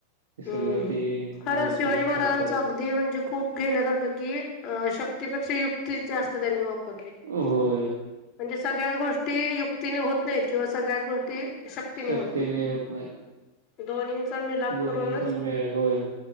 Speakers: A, on the right; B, on the left.
A: हे सगळं
B: हम्म
A: ती
B: खरं
A: माहिती
B: शिवाजी महाराजांचा
A: सांगतात
B: अगदी म्हणजे खूप घेण्यासारखं की अ श शक्तीपेक्षा युक्ती जास्त त्यांनी वापरलीली.
A: होय
B: म्हणजे सगळ्यांचं गोष्टी युक्तीने होत नाहीत किंवा सगळ्याच गोष्टी शक्तीने
A: शक्ती
B: होत नाहीत.
A: ने नाही होत
B: दोन्हींचा मिलाप
A: दोन्हींचा
B: करूनच
A: मेळ होय